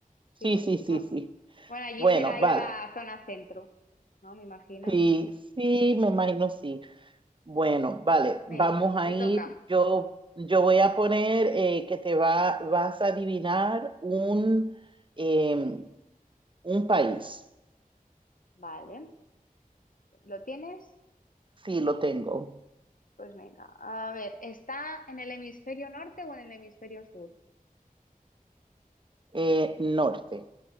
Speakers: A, on the right (about 35°); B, on the left (about 65°).
A: Sí,
B: Sí, sí.
A: sí, sí,
B: Bueno,
A: sí.
B: bueno, allí
A: Bueno,
B: será
A: vale.
B: ir a la zona centro, ¿no? Me imagino.
A: Sí, sí, me imagino sí. Bueno,
B: Pues
A: vale,
B: venga,
A: vamos a
B: te
A: ir.
B: toca.
A: Yo, yo voy a poner eh, que te va, vas a adivinar un, eh, un país.
B: Vale. ¿Lo tienes?
A: Sí, lo tengo.
B: Pues venga. A ver, ¿está en el hemisferio norte o en el hemisferio sur?
A: Eh, norte,